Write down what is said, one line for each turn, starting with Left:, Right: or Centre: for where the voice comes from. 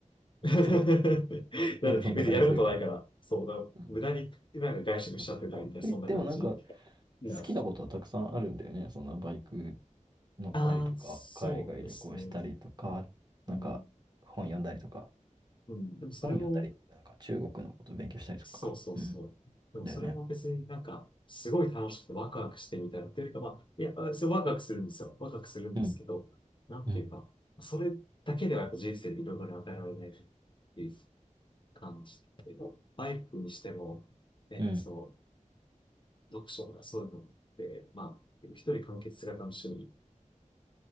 Left: <laughs> だ別にやることないから、
Right: そうなんかそんな感じするよね。
Left: そうだ、
Right: うん。
Left: 無駄になんか外食しちゃってたみたいな、
Right: そっかそっか。と言ってもなんか好
Left: そんな感じ。いや
Right: きなことはたくさんあるんだよね。そのバイク乗ったりとか、
Left: ああ、そうですね。
Right: 海外旅行したりとか、なんか本読んだりとか、
Left: うん、うんでもそれも、
Right: 本読んだり、なんか中国のことを勉強したりとかか。
Left: そうそうそう。
Right: うん。
Left: でもそれも別になんか、
Right: だよね。
Left: すごい楽しくてワクワクしてみたいなっていうよりか、まあ、いや、それワクワクするんですよ。ワクワクするんですけど、
Right: うん。
Left: なんていうか、
Right: うん。
Left: それだけではやっぱ人生でいろいろ与えられないっていう感じで、バイクにしても、ね、
Right: うん。
Left: そう、読書がそういうのって、まあ、一人完結型の趣味、